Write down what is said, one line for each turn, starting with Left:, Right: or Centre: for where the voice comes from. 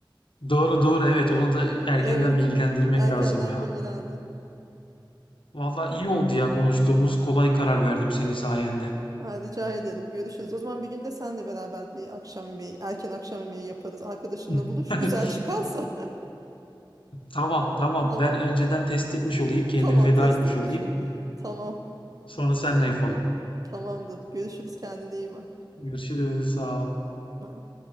Left: doğru doğru evet onu da erkenden
Right: Evet.
Left: bilgilendirmek
Right: Erkenden
Left: lazım ya.
Right: bilgilendi
Left: Vallahi
Right: Tamam.
Left: iyi oldu ya konuştuğumuz kolay karar verdim senin sayende.
Right: Ha, rica ederim. Görüşürüz. O zaman bir günde sen de beraber bir akşam yemeği, erken akşam yemeği yaparız. Arkadaşınla
Left: <laughs>
Right: buluş. Güzel çıkarsa. <laughs>
Left: Tamam tamam
Right: Tamam.
Left: ben önceden test etmiş olayım kendimi
Right: Tamam.
Left: feda
Right: Test
Left: etmiş
Right: etmiş
Left: olayım.
Right: ol. Tamam.
Left: Sonra seninle yapalım.
Right: Tamamdır. Görüşürüz. Kendine iyi bak.
Left: Görüşürüz sağ ol.
Right: Bay bay.